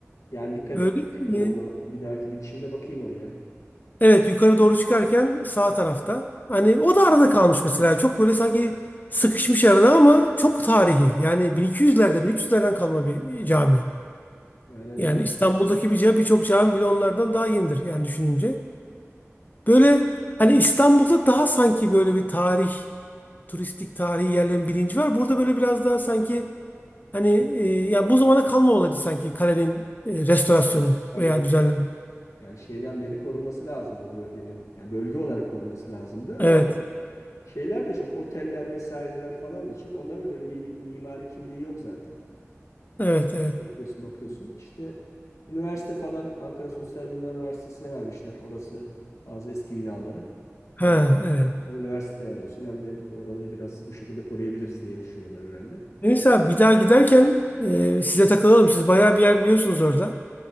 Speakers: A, on the left (about 90°); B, on the left (about 35°).
A: Yani dikkat
B: Böyle
A: etmemiştim
B: e,
A: onu. Bir dahaki gidişimde bakayım oraya.
B: evet yukarı doğru çıkarken sağ tarafta. Hani o da arada kalmış mesela. Çok böyle sanki sıkışmış arada ama çok tarihi. Yani 1200'lerde 1300'lerden kalma bir
A: Evet.
B: cami.
A: Yani dedim,
B: Yani İstanbul'daki bir ca- birçok cami bile onlardan daha yenidir yani düşününce. Böyle hani İstanbul'da daha sanki böyle bir tarih, turistik tarihi yerlerin bilinci var. Burada böyle biraz daha sanki hani e, ya bu zamana kalma olaydı sanki kalenin e, restorasyonu
A: tabii.
B: veya düzenleme.
A: Yani şeyden beri korunması lazımdı o bölgenin. Yani bölge olarak korunması lazımdı.
B: Evet,
A: Zaten şeyler de çok. Oteller vesaireler falan da çok. Onların da böyle mi- mimari kimliği yok zaten.
B: evet,
A: Ee,
B: evet.
A: şey yapıyorsun bakıyorsun. İşte üniversite falan Ankara Sosyal Bilimler Üniversitesi'ne vermişler. Orası bazı eski binaları.
B: Ha,
A: Herhalde
B: evet.
A: hem üniversite olsun hem de orayı biraz bu şekilde koruyabiliriz diye düşünüyorlar herhalde.
B: Neyse abi bir daha giderken e, size takılalım. Siz bayağı bir yer biliyorsunuz orada.